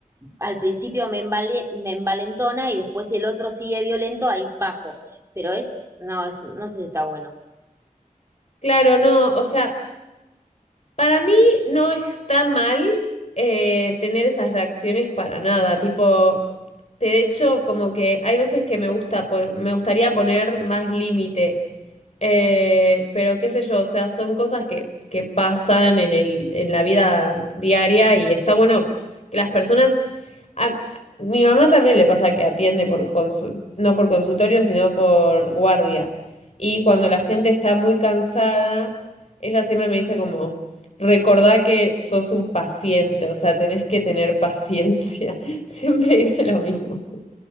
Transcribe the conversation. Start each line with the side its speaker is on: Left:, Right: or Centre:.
Right: al principio me, envale- me envalentona y después si el otro sigue violento, ahí bajo. Pero es, no, es, no sé si está bueno.
Left: Claro, no, o sea... Para mí no está mal eh, tener esas reacciones para nada, tipo, te- de hecho como que hay veces que me gusta pon- me gustaría poner más límite, eh, pero qué sé yo, o sea, son cosas que, que pasan en el, en la vida diaria y está bueno que las personas... a- mi mamá también le pasa que atiende por consul- no por consultorio, sino por guardia. Y cuando la gente está muy cansada, ella siempre me dice como... Recordá que sos un paciente, o sea, tenés que tener paciencia. <laughs> Siempre dice lo mismo.